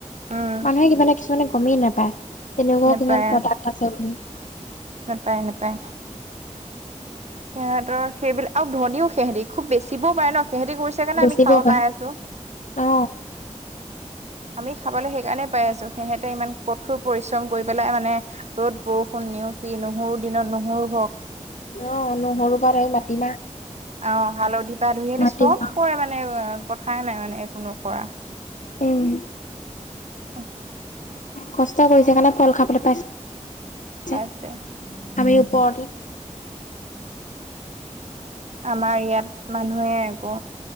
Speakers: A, on the right (about 60°); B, on the left (about 75°).
A: উম
B: মানুহে কিবাে কিছুমানে গমেই নাপায় তেনেকুৱাও
A: নাপায়
B: কিছুমান প্ৰডাক্ট আছে বুলি।
A: নাপায়, নাপায়। সিহঁতৰ সেইবিলাক আৰু ধনীও সিহঁতি। খুব বেচিবও পাৰে ন সিহতি কৰিছে কাৰণে
B: বেচিবও
A: আমি খাব
B: পাৰে
A: পাই আছো।
B: অ
A: আমি খাবলৈ সেইকাৰণে পাই আছো সিহঁতে ইমান কঠোৰ পৰিশ্ৰম কৰি পেলাই মানে ৰ'দ বৰষুণ নেওচি নহৰু দিনত নহয়ও, হওক।
B: অ নহৰু কাৰনে এই মাটি
A: অ হালধি পা ধুই আদি
B: মাটিমাহ
A: চব কৰে মানে কথাই নাই মানে একো নো কৰা।
B: উম
A: অ <inaudible>
B: কষ্ট কৰিছে কাৰণে ফল খাবলৈ পাইছে
A: পাইছে
B: আমি ওপৰতে। <inaudible>
A: আমাৰ ইয়াত মানুহে একো